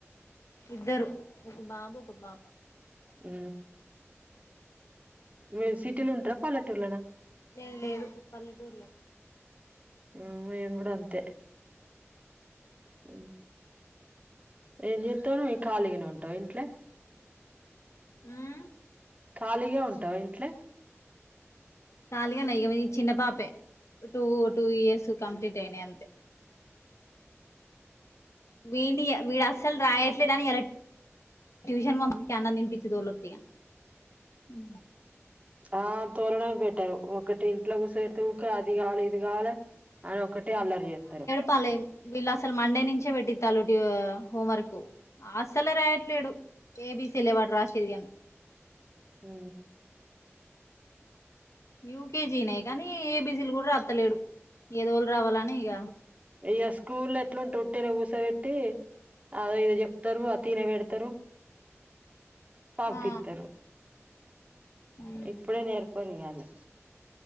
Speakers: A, on the left; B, on the right.
A: ఇద్దరు ఒక బాబు ఒక పాప
B: ఊ మీరు సిటీల ఉంటర పల్లెటూర్లనా
A: లేదు లేదు పల్లెటూర్లానే
B: ఊ మేమ్ గూడా అంతే ఊ ఏన్ జెత్తావే ఖాళీగనే ఉంటవ ఇంట్ల
A: ఊమ్
B: ఖాళీగా ఉంటావ ఇంట్ల
A: ఖాలీగనే ఇగ ఇ చిన్న పాపే టూ టూ ఇయర్స్ కంప్లీట్ అయినయ్ అంతే విన్నీ ఈ వీడు అస్సలు రాయట్లేదు అని ఇయల ట్యూషన్ వంపి కె అన్నందినిపిచ్చి దోలొత్తిగా ఊ
B: ఆ తోలడంవే బెటర్ ఒకటి ఇంట్ల కూసవేడ్తే ఉంక అది గావలే ఇది గావలే అని ఒకటే అల్లరి ఎత్తరూ
A: పలెం వీళ్ళ అసలు మండే నించే వేట్టిత్తాలు ట్యూ హోం వర్కు ఆసలే రాయట్లేడు ఏ బీ సీ లే, వాడు రాశేది గని
B: ఊ
A: యూ కే జీ, నే గానీ ఏ బి సీ, లు కూడా రాత్తలేడు దోల్ రావలలే అని ఇగ
B: ఇగా స్కూల్ల ఎట్లుంటే ఉట్టినే గుసోవెట్టీ అద ఇదో చెప్తరు ఆ తిన వేడ్తారు పంపిత్తరు
A: ఆ ఉమ్
B: ఇప్పుడే నేర్పారుఇగ అల్లకు